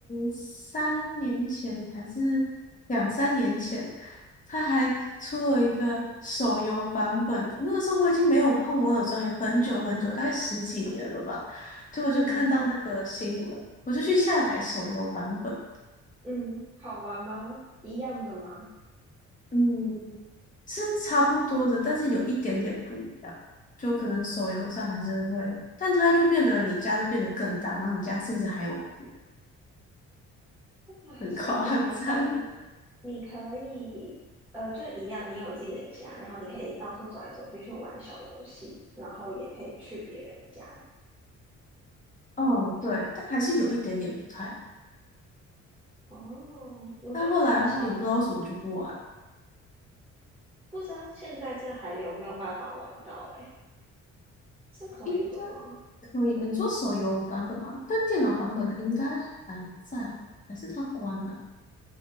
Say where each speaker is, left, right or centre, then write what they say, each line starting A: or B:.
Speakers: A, on the left; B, in the centre.
A: 三年前还是两三年前，他还出了一个手游版本的那个时候我已经没有碰《我有庄园》很久很久，大概十几年了吧。结果就看到那个新闻，
B: 嗯
A: 我就去下载手游版本。
B: 嗯，好玩吗？一样的吗？
A: 嗯，是差不多的，但是有一点点不一样。就可能手游上还是会，但它就变得你家就变得更大，然后你家甚至还有湖。
B: 啊，
A: 很夸张。
B: 所以你还可以，你可以，呃，就一样，你有自己的家，然后你可以到处走来走去去玩小游戏，然后也可以去别人家。
A: <laughs> 哦，对，但还是有一点点不太一样。
B: 哦，我觉得小，
A: 但后来的话也不知道为什么就不玩，
B: 不知道现在这还有没有办法玩到、欸，诶，是可以的吗？
A: 应该可以吧？你说手游版本吗？但电脑版本的应该还在，还是它关了？